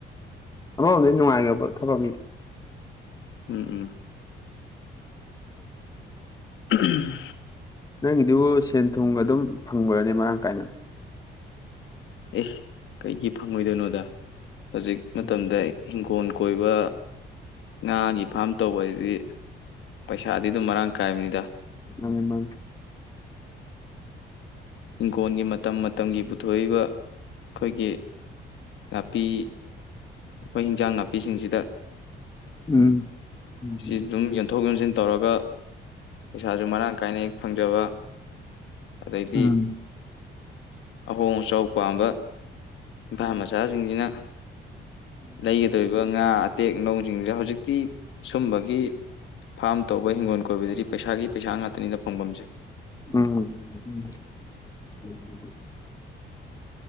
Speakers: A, on the left; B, on the left.
A: ꯑꯃꯗ ꯅꯨꯡꯉꯥꯏꯒꯦ ꯊꯕꯛꯅꯤ
B: ꯎꯝ ꯎꯝ ꯎꯝ
A: ꯅꯪꯒꯤꯗꯨ ꯁꯦꯟ ꯊꯨꯝ ꯑꯗꯨꯝ ꯐꯪꯕ꯭ꯔꯅꯤ ꯃꯔꯥꯡ ꯀꯥꯏꯅ
B: ꯑꯦ ꯀꯩꯒꯤ ꯐꯪꯉꯣꯏꯗꯣꯏꯅꯣꯗ ꯍꯧꯖꯤꯛ ꯃꯇꯝꯗ
A: ꯎꯝ
B: ꯏꯪꯈꯣꯜ ꯀꯣꯏꯕ ꯉꯥꯒꯤ ꯐꯥꯝ ꯇꯧꯕ ꯍꯥꯏꯗꯤ ꯄꯩꯁꯥꯗꯤ ꯑꯗꯨꯝ ꯃꯔꯥꯡ ꯀꯥꯏꯕꯅꯤꯗ
A: ꯅ ꯃꯦꯝꯝꯕ
B: ꯍꯤꯡꯈꯣꯜꯒꯤ ꯃꯇꯝ ꯃꯇꯝꯒꯤ ꯄꯨꯊꯣꯛꯏꯕ ꯑꯩꯈꯣꯏꯒꯤ ꯅꯥꯄꯤ ꯑꯩꯈꯣꯏ ꯍꯤꯟꯖꯥꯡ ꯅꯥꯄꯤꯁꯤꯡꯁꯤꯗ
A: ꯎꯝ ꯎꯝ
B: ꯁꯤ ꯑꯗꯨꯝ ꯌꯟꯊꯣꯛ ꯌꯣꯟꯁꯤꯟ ꯇꯧꯔꯒ ꯄꯩꯁꯥꯁꯨ ꯃꯔꯥꯡ ꯀꯥꯏꯅ ꯍꯦꯛ ꯐꯪꯖꯕ ꯑꯗꯩꯗꯤ
A: ꯎꯝ
B: ꯍ ꯁꯥꯎ ꯑꯄꯥꯝꯕ ꯏꯝꯐꯥ ꯃꯆꯥꯁꯤꯡꯁꯤꯅ ꯂꯩꯒꯗꯧꯔꯤꯕ ꯉꯥ ꯑꯇꯦꯛ ꯂꯧꯧꯁꯤꯡꯁꯦ ꯍꯧꯖꯤꯛꯇꯤ ꯁꯨꯝꯕꯒꯤ ꯐꯥꯔꯝ ꯇꯧ ꯑꯩꯕꯣꯏ ꯍꯤꯡꯒꯣꯜ ꯀꯣꯏꯕꯗꯗꯤ ꯄꯩꯁꯥꯒꯤ ꯄꯩꯁꯥ ꯉꯥꯛꯇꯅꯤꯅ ꯐꯪꯐꯝꯁꯦ
A: ꯎꯝ